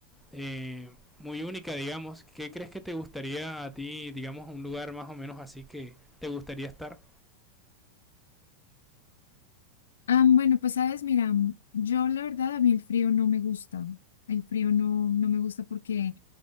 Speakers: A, in the centre; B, on the left (about 65°).
A: eh, muy única, digamos. ¿Qué crees que te gustaría a ti, digamos, un lugar más o menos así que te gustaría estar?
B: Ah, bueno, pues sabes, mira, mm, yo la verdad a mí el frío no me gusta. El frío no, no me gusta porque,